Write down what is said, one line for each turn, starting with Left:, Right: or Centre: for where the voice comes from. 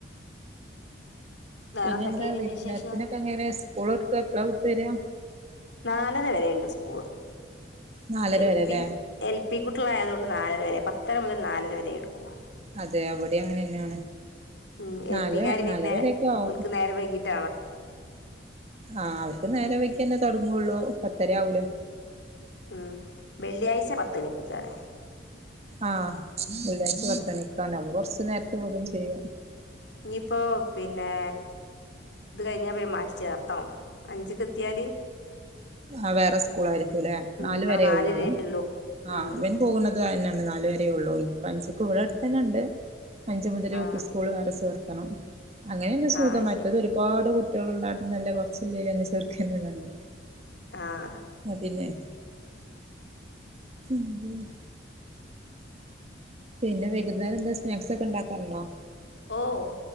Left: വേറെ
Right: പിന്നെന്താ
Left: എന്തൊക്കെയാ പിന്നെ
Right: വൈകുനേരത്തിനൊക്കെ
Left: വിശേഷം
Right: ങ്ങനെ സ്കൂള്ട്ട് എപ്ലാവിട്ട് വെരാ
Left: നാലര വെരണ്ട് സ്കൂള്
Right: നാലര
Left: എൽ
Right: വരെല്ലേ
Left: പി എൽ പി കുട്ട്ളായത്കൊണ്ട് നാലരവെ പ ത്തരമുതൽ നാലരവരെ എടുക്കും
Right: അതെ അവിടെയും അങ്ങനെ തന്നെയാണ്
Left: ഉം
Right: നാല്
Left: എൽപിക്കാര്
Right: നാലര
Left: പിന്നെ
Right: വരെയൊക്കെ ആവും
Left: ഒൽക്ക് നേരെ വൈകിട്ടാണ്
Right: ആഹ് അവര്ക്ക് നേരെ വെക്യേന്നെ തൊടങ്ങൊള്ളൂ പത്തര ആവൂലേ
Left: ഉം വെള്ളിയാഴ്ച പത്ത്ണിക്കാണ്
Right: ആഹ് വെള്ളിയാഴ്ച പത്ത്ണിക്കണ അത് കൊറച്ച്നേരത്തെ വിടുംചെയ്യും
Left: ഇഞ്ഞിപ്പോ പിന്നെ ഇത് കഴിഞ്ഞ പിന്നെമാറ്റി ചേർത്തണോ അഞ്ച്ക്ക് എത്യാല്
Right: ആഹ വേറേസ്കൂളാർക്ക് ലെ
Left: ഉം
Right: നാല്
Left: ഇവിടെ
Right: വരേള്ളൂ
Left: നാലരേ
Right: അവ്ടെ
Left: ഉള്ളൂ
Right: ആഹ
Left: ഉം
Right: അവൻ. പോക്ണത് അതന്നെ നാല് വരേള്ളൂ ഇനിപ്പ അസിക്ക് ഇവിടട്ത്തന്നണ്ട്. അഞ്ചു മുതൽ യു
Left: ആഹ്
Right: പി സ്കൂൾ വേറെ ചേർത്തണം അങ്ങനേണേ സുഖ
Left: ആഹ് അത്
Right: മറ്റത്
Left: ശരി
Right: ഒരു. ഒരുപാട് കുട്ടികൾ ഉണ്ടാട്ട നല്ല കുറച്ചില്ലേന്ന ചേർക്കുന്നത് നല്ല
Left: ആഹ
Right: ആഹ പിന്നെ. <inaudible> പിന്നെ വെകുന്നേരം എന്താ സ്നാക്സ് ഒക്കെ ഇണ്ടാക്കറുണ്ടോ.
Left: ഓഹ്